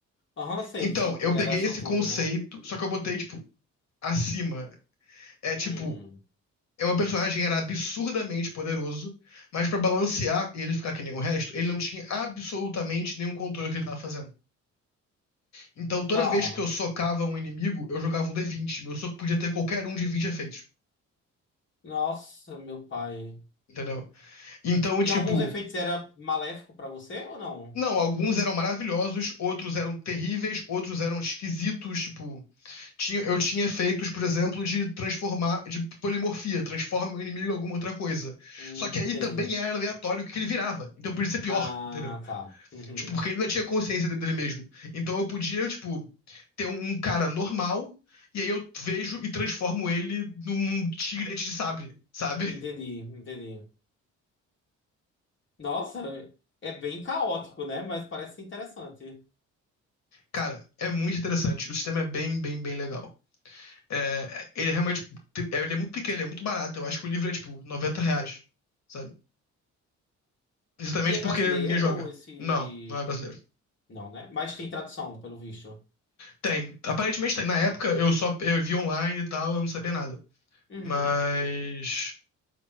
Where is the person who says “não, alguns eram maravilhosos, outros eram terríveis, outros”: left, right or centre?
Left